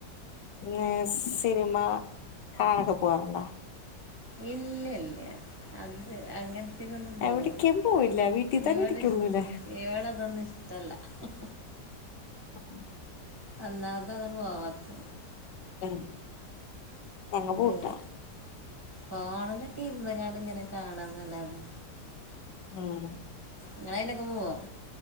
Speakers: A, on the left (about 80°); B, on the right (about 20°).
A: പിന്നെ സിനിമ കാണാനൊക്കെ പോവാറുണ്ടോ
B: ഇല്ല ഇല്ല അത് അങ്ങൻത്തേനൊന്നും പോകൂല്ല
A: എവിടേക്കും പോവില്ല വീട്ടിൽ തന്നെ
B: ഇവിടെ
A: ഇരിക്കുള്ളൂല്ലേ
B: ഇവിടെ അതൊന്നും ഇഷ്ടല്ല ഉം
A: ആഹ്
B: ഒന്നാമത്തതതാണ് പോവാത്തത്
A: ഉം ഞങ്ങ പോവൂട്ടാ
B: ഏ ഫോണിലൊക്കെ ഇരുന്നങ്ങാണ്ടിങ്ങനെ കാണുന്നല്ലാതെ
A: ഉം
B: ഇങ്ങളയെനൊക്കെ പോവോ